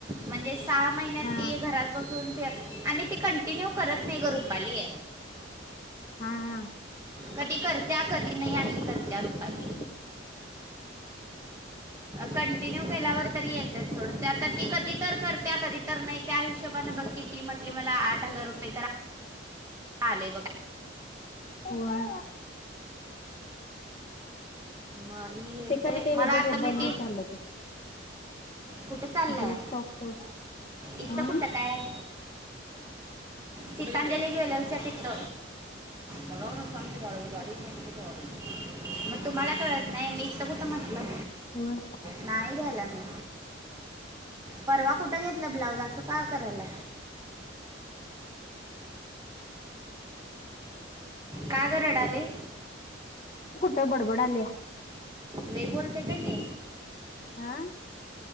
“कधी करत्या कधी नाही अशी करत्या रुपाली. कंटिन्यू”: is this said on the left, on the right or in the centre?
Right